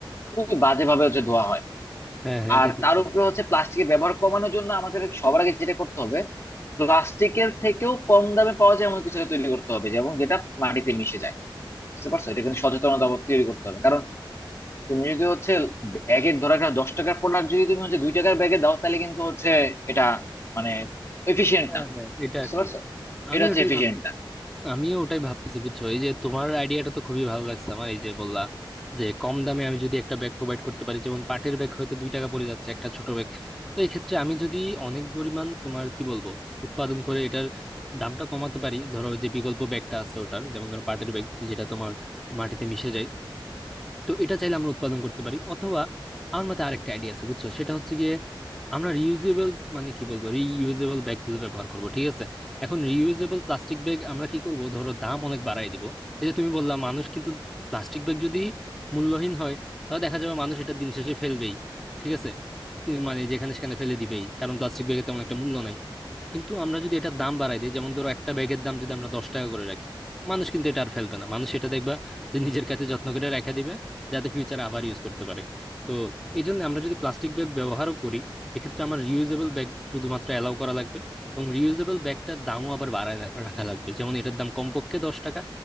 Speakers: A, on the left; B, in the centre.
A: খুবই বাজে ভাবে হচ্ছে ধোয়া হয়
B: হ্যাঁ হ্যাঁ এটা
A: আর
B: ঠিক
A: তার
B: বলছো।
A: উপরে হচ্ছে প্লাস্টিকের ব্যবহার কমানোর জন্য আমাদের সবার আগে যেটা করতে হবে প্লাস্টিকের থেকেও কম দামে পাওয়া যায় এমন কিছু একটা তৈরি করতে হবে যেমন যেটা মাটিতে মিশে যায় বুঝতে পারছো এটা কিন্তু সচেতনতা তৈরি করতে হবে কারণ তুমি যদি হচ্ছে ব্যাগের ধরো একটা দশ টাকার প্রোডাক্ট যদি তুমি হচ্ছে দুই টাকার ব্যাগে দাও তাহলে কিন্তু হচ্ছে এটা মানে এফিশিয়েন্ট
B: হ্যাঁ
A: না
B: হ্যাঁ এটা
A: বুঝতে
B: আর কি
A: পারছো
B: আমি
A: এটা হচ্ছে
B: ওটাই
A: এফিশিয়েন্ট
B: ভাবছি
A: না
B: আমিও ওটাই ভাবতেছি বুঝছো এই যে তোমার আইডিয়াটা তো খুবই ভালো লাগছে আমার এই যে বললা যে কম দামে আমি যদি একটা ব্যাগ প্রোভাইড করতে পারি যেমন পাটের ব্যাগ হয়তো দুই টাকা পড়ে যাচ্ছে একটা ছোট ব্যাগ তো এই ক্ষেত্রে আমি যদি অনেক পরিমাণ তোমার কি বলবো উৎপাদন করে এটার দামটা কমাতে পারি ধরো যে বিকল্প ব্যাগটা আছে ওটার যেমন ধরো পাটের ব্যাগ যেটা তোমার মাটিতে মিশে যায় তো এটা চাইলে আমরা উৎপাদন করতে পারি অথবা আমার মতে আরেকটা আইডিয়া আছে বুঝছো সেটা হচ্ছে গিয়ে আমরা রিইউজেবল মানে কি বলবো রিইউজেবল ব্যাগগুলো ব্যবহার করব ঠিক আছে এখন রিইউজেবল প্লাস্টিক ব্যাগ আমরা কি করব ধরো দাম অনেক বাড়ায় দিব এই যে তুমি বললা মানুষ কিন্তু প্লাস্টিক ব্যাগ যদি মূল্যহীন হয় তাহলে দেখা যাবে মানুষ এটা দিন শেষে ফেলবেই ঠিক আছে কি- মানে যেখানে সেখানে ফেলে দিবেই কারণ প্লাস্টিক ব্যাগের তেমন একটা মূল্য নাই কিন্তু আমরা যদি এটার দাম বাড়াই দিই যেমন ধরো একটা ব্যাগের দাম যদি আমরা দশ টাকা করে রাখি মানুষ কিন্তু এটা আর ফেলবে না মানুষ এটা দেখবা যে নিজের কাছে যত্ন করে রেখে দিবে যাতে ফিউচারে আবার ইউজ করতে পারে তো এই জন্য আমরা যদি প্লাস্টিক ব্যাগ ব্যবহারও করি এক্ষেত্রে আমার রিউজেবল ব্যাগ শুধুমাত্র অ্যালাউ করা লাগবে এবং রিউজেবল ব্যাগটার দামও আবার বাড়ায় না- রাখা লাগবে যেমন এটার দাম কমপক্ষে দশ টাকা